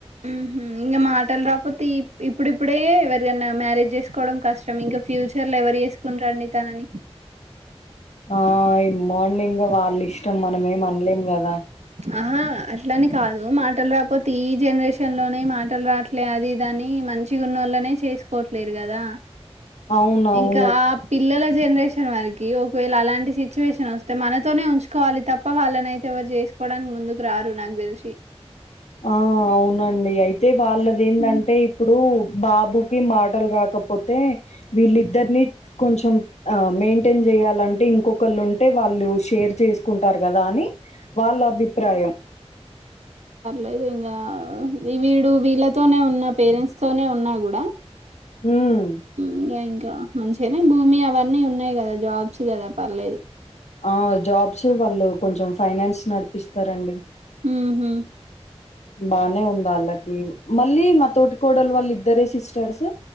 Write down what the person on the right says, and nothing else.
ఉహు ఇంగ మాటలు రాపోతే ఇ ఇప్పుడిప్పుడే ఎవరికన్నా మ్యారేజ్ చేసుకోవడం కష్టం ఇంకా ఫ్యూచర్ లో ఎవరు చేసుకుంటారండి. తనని
ఆహా అట్లాని కాదు మాటలు రాకపోతే ఈ జనరేషన్ లోనే మాటలు రాట్లే అది ఇది అని మంచిగున్న ల్లనే చేసుకోట్లేదు కదా
ఇంకా ఆ పిల్లల జనరేషన్ వరికి ఒకవేళ అలాంటి సిచ్యువేషన్ వస్తే మనతోనే ఉంచుకోవాలి తప్ప వాళ్ళని అయితే ఎవరు చేస్ కోవడానికి ముందుకురారు. నాకు తెలిసి
ఉమ్
లేదు ఇంగా వీడు వీళ్ళతోనే ఉన్నా పేరెంట్స్ తోనే ఉన్నా కూడా
ఇంగా ఇంకా మంచిగానే భూమి అవన్నీ ఉన్నాయి కదా జాబ్స్ కదా పర్లేదు.
ఉహుం